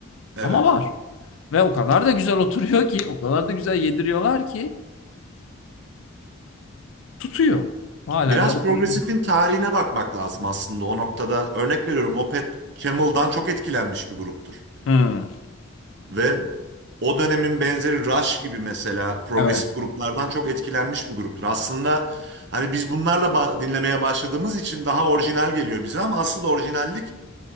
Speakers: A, on the right; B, on the left.
A: evet.
B: Ama var. Ve o kadar da güzel oturuyor ki, o kadar da güzel yediriyorlar ki tutuyor. Halen
A: Biraz
B: de oturuyor.
A: progresifin tarihine bakmak lazım aslında o noktada. Örnek veriyorum Opeth Camel'dan çok etkilenmiş bir gruptur.
B: Hmm,
A: Ve o dönemin benzeri Rush gibi mesela progresif
B: evet.
A: gruplardan çok etkilenmiş bir gruptur. Aslında hani biz bunlarla ba- dinlemeye başladığımız için daha orijinal geliyor bize ama asıl orijinallik